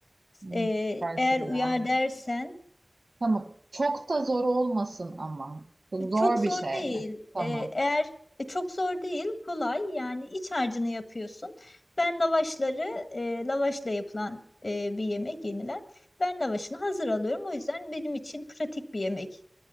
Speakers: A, on the right; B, on the left.
A: Hmm,
B: E,
A: Kayseri
B: eğer uyar
A: yağlaması.
B: dersen.
A: Tamam. Çok da zor olmasın ama. Bu zor
B: Çok zor
A: bir şey
B: değil.
A: mi? Tamam.
B: Ee, eğer e, çok zor değil, kolay. Yani iç harcını yapıyorsun. Ben lavaşları, e, lavaşla yapılan e, bir yemek yenilen. Ben lavaşını hazır alıyorum. O yüzden benim için pratik bir yemek